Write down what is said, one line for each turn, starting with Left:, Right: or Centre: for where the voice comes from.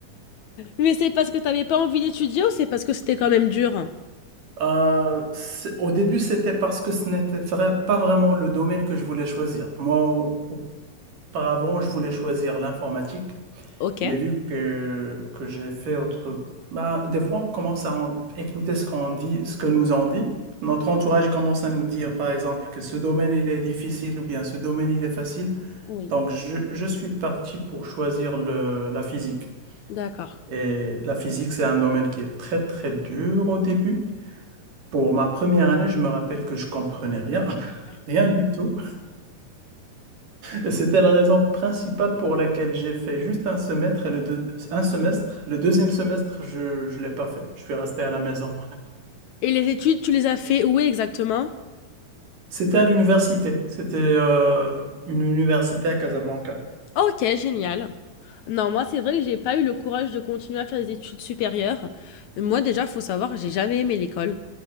Left: Mais c'est parce que t'avais pas envie d'étudier ou c'est parce que c'était quand même dur?
Right: Euh, c'est- au début, c'était parce que ce n'était vra- pas vraiment le domaine que je voulais choisir. Moi, au- auparavant, je voulais choisir l'informatique,
Left: Ok.
Right: mais vu que, que j'ai fait autre... Bah, des fois, on commence à en- écouter ce qu'on dit, ce que nous on dit. Notre entourage commence à nous dire, par exemple, que ce domaine, il est difficile ou bien ce domaine, il est facile.
Left: Oui,
Right: Donc, je, je suis parti pour choisir le, la physique.
Left: d'accord.
Right: Et la physique, c'est un domaine qui est très, très dur au début. Pour ma première année, je me rappelle que je comprenais rien, <laughs> rien du tout. Et C'était la raison principale pour laquelle j'ai fait juste un semestre et le deux- un semestre. Le deuxième semestre, je je l'ai pas fait. Je suis resté à la maison.
Left: Et les études, tu les as fait où exactement?
Right: <laughs> C'était à l'université. C'était euh, une université à Casablanca.
Left: Ok, génial. Non, moi, c'est vrai que j'ai pas eu le courage de continuer à faire des études supérieures. Moi, déjà, faut savoir que j'ai jamais aimé l'école.